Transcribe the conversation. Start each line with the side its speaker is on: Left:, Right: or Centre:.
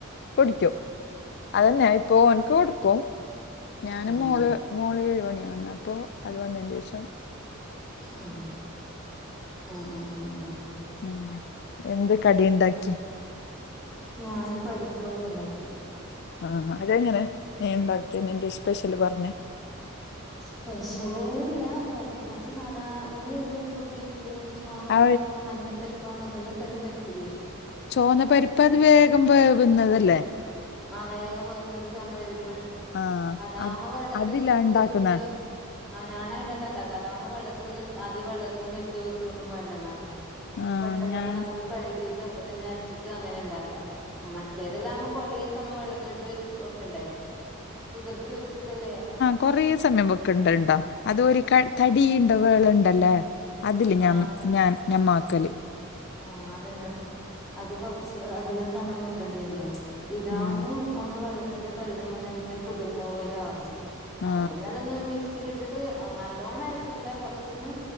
Left: കുടിക്കും അതന്നെ ഇപ്പൊ ഓൻക്ക് കൊടുക്കും ഞാനും
Centre: ആ
Left: മോള്
Centre: ആ
Left: മോള് ഏഴുമണിയാന്ന് അപ്പൊ അത് വന്നെന്റേശം
Centre: ആ, ആ, ആ, ആ, അങ്ങന.
Left: ഉം എന്ത് കടിയിണ്ടാക്കി?
Centre: ഞാനിപ്പോ പരിപ്പ് വടയിണ്ടാക്കി
Left: ആഹ് അതെങ്ങനെ നീ ഉണ്ടാക്കിയ നിന്റെ സ്പെഷ്യല് പറഞ്ഞെ
Centre: സ്പെഷ്യല്ല് ഞാൻ പരിപ് മറ്റ സാധാ നിങ്ങളേത് പരിപ്പാ ഉപയോഗി ത്തില് ചോന്ന
Left: ആ
Centre: പരിപ്പാന്നോ മഞ്ഞ പരിപ്പാന്നോ എന്തെല്ലാം തരം പരുപ്പില്ലേ
Left: ചോന്ന പരിപ്പത് വേഗം വേവുന്നതല്ലേ?
Centre: ആ വേഗം വേവുന്നത് ചോന്ന പരിപ്പ്
Left: ആഹ്
Centre: അതാവ്മ്പോ
Left: അത്
Centre: വെള്ളത്തിലൊന്നും
Left: അതിലാ
Centre: കുതിർത്ത്
Left: ഉണ്ടാക്കുന്ന
Centre: വെ ആഹ് ഞാൻ അയിന്റെകത്ത് ഉണ്ടാക്കാത്ത അതാവ്മ്പോ വെള്ളത്തിലൊന്നും ഇട്ട് ആദ്യം വെള്ളത്തിലൊന്നും ഇട്ട് വെക്കൊന്നും വേണ്ടല്ലോ.
Left: ആഹ്
Centre: പെട്ടെന്ന്
Left: ഞാൻ
Centre: തന്നെ നമുക്ക് കഴുകിയിട്ട് അപ്പൊ തന്നെ അരച്ചിട്ട് അങ്ങനെ ഇണ്ടാക്കാ അപ്പം മറ്റേതെല്ലാവുമ്പോ കൊറേ സമയം വെള്ളത്തിലിട്ട് വെച്ച് വെക്കണ്ടേ കുതിർത്ത് വെച്ചിട്ടല്ലേ
Left: കൊറെ സൻയം വെക്കണ്ടണ്ടാ അത് ഒരു ക തടിയിണ്ടാ വേളണ്ടല്ലേ അതില് ഞാം
Centre: ആഹ്
Left: ഞാൻ ഞമാക്കല്
Centre: ആഹ് അതന്നെത് അത് കൊറച്ച് അധികം സമയം വെക്കേണ്ടി വരില്ലേ? ഇതാവുമ്പം
Left: ഉം
Centre: ഒന്ന് വെള്ളത്തിലിട്ട് കഴുകുമ്പോ തന്നെ എല്ലാം കുതിർന്ന പോലെ ആകും
Left: ആ
Centre: അപ്പൊ പിന്നെ അതൊന്ന് മിക്സീലിട്ടിട്ട് നല്ലോണ്ണം അരക്കൂല കൊറച്ചൊന്ന്